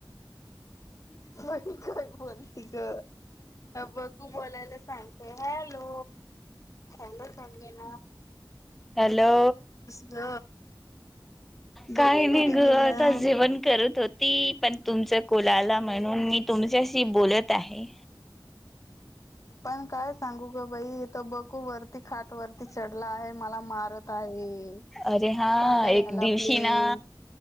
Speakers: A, on the left; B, in the centre.
A: म काय बोलती ग? अ बकू बोलायला सांगते हॅलो चांगल सांगेल.
B: हॅलो
A: ग
B: काही
A: बकू
B: नाही
A: कुठे
B: घ.
A: गेला
B: आता जेवण करत होत ती पण तुमच कुलाला म्हणून मी तुमच्या ती बोलत आहे.
A: पण काय सांगू ग बाई इथ बकू वरती खाट वरती चढला आहे. मला मारत आहे.
B: अरे हा.
A: सांगा
B: एक
A: याला
B: दिवशी
A: प्लीज
B: ना,